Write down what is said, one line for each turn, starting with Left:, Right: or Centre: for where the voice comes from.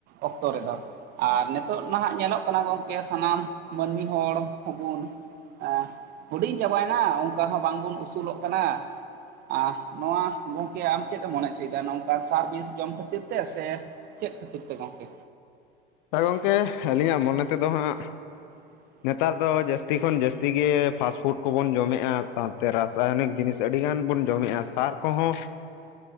Right: ᱚᱠᱛᱚ ᱨᱮᱫᱚ ᱾ ᱟᱨ ᱱᱮᱛᱚᱜ ᱱᱟᱦᱟᱸᱜ ᱧᱮᱞᱚᱜ ᱠᱟᱱᱟ ᱜᱚᱝᱠᱮ ᱥᱟᱱᱟᱢ ᱢᱟᱹᱱᱢᱤ ᱦᱚᱲ ᱦᱚᱯᱩᱱ, ᱟᱸᱦ ᱦᱩᱰᱤᱧ ᱪᱟᱵᱟᱭᱮᱱᱟ ᱚᱱᱠᱟ ᱦᱚᱸ ᱵᱟᱝᱵᱚᱱ ᱩᱥᱩᱞᱚᱜ ᱠᱟᱱᱟ, ᱟᱸᱦ ᱱᱚᱣᱟ ᱜᱚᱝᱠᱮ ᱟᱢ ᱪᱮᱫ ᱮᱢ ᱢᱚᱱᱮ ᱦᱚᱪᱚᱭᱮᱫᱟ ᱱᱚᱝᱠᱟᱱ ᱥᱟᱨᱵᱷᱤᱥ ᱡᱚᱢ ᱠᱷᱟᱹᱛᱤᱨ ᱛᱮ ᱥᱮ? ᱪᱮᱫ ᱠᱷᱟᱹᱛᱤᱨ ᱛᱮ ᱜᱚᱝᱠᱮ?
Left: ᱛᱟᱭ ᱜᱚᱝᱠᱮ ᱟᱹᱞᱤᱧᱟᱜ ᱢᱚᱱᱮ ᱛᱮᱫᱚ ᱦᱟᱸᱜ,
Right: <unintelligible>
Left: ᱱᱮᱛᱟᱨ ᱫᱚ ᱡᱟᱹᱥᱛᱤ ᱠᱷᱚᱱ ᱡᱟᱹᱥᱛᱤ ᱜᱮ ᱯᱷᱟᱥᱯᱷᱩᱰ ᱠᱚᱵᱚᱱ ᱡᱚᱢᱮᱜ-ᱟ ᱥᱟᱶᱛᱮ ᱨᱟᱥᱟᱭᱚᱱᱤᱠ ᱡᱤᱱᱤᱥ, ᱟᱹᱰᱤ ᱜᱟᱱ ᱵᱚᱱ ᱡᱚᱢᱮᱜᱼᱟ ᱥᱟᱨ ᱠᱚᱦᱚᱸ,
Right: <inaudible>